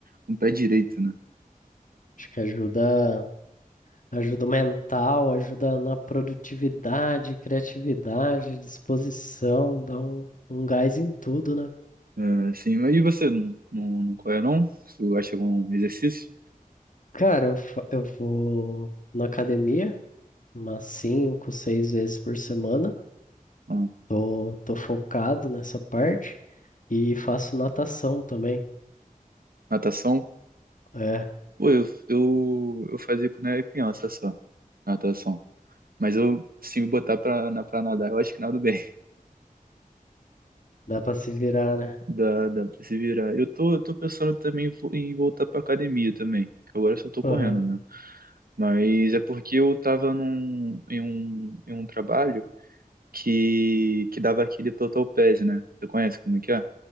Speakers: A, on the right; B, on the left.
A: com o pé direito, né?
B: Acho que ajuda Ajuda mental, ajuda na produtividade, criatividade, disposição, dá um, um gás em tudo, né?
A: É, sim, mas e você não, não, não corre não? Você acha algum exercício?
B: Cara, eu, fa- eu vou na academia umas cinco, seis vezes por semana.
A: Ah,
B: Tô, tô focado nessa parte e faço natação também.
A: natação?
B: É,
A: Pô, eu, eu, eu fazia quando era criança só, natação. Mas eu, se me botar pra, na, pra nadar, eu acho que nado bem.
B: dá pra se virar,
A: <laughs>
B: né?
A: Dá, dá pra se virar. Eu tô, eu tô pensando também em vo- em voltar pra academia também. que Agora eu só tô correndo,
B: Aham.
A: né? Mas é porque eu tava num, em um, em um trabalho que, que dava aquele total pass, né? Você conhece como é que é?